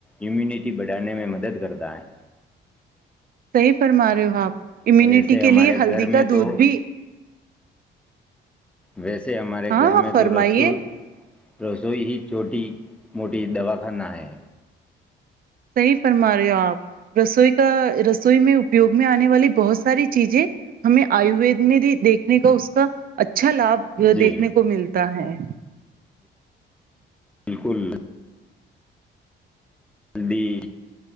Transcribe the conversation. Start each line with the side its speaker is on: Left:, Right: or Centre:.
Centre: امیونٹی بڑھانے میں مدد کرتا ہے
Right: صحیح فرما رہے ہو آپ امیونٹی
Centre: ویسے ہمارے
Right: کے لیے ہلدی
Centre: گھر
Right: کا
Centre: میں
Right: دودھ
Centre: تو
Right: بھی
Centre: ویسے ہمارے
Right: ہاں
Centre: گھر میں
Right: فرمائیے
Centre: تو رسول رسوئی ہی چھوٹی موٹی دواخانہ ہے
Right: صحیح فرما رہے ہو آپ رسوئی کا رسوئی میں اپیوگ میں آنے والی بہت ساری چیزیں ہمیں آیوید میں بھی دیکھنے کا اس کا اچا اچھا لابھ
Centre: جی
Right: دیکھنے کو ملتا ہے
Centre: کل ہلدی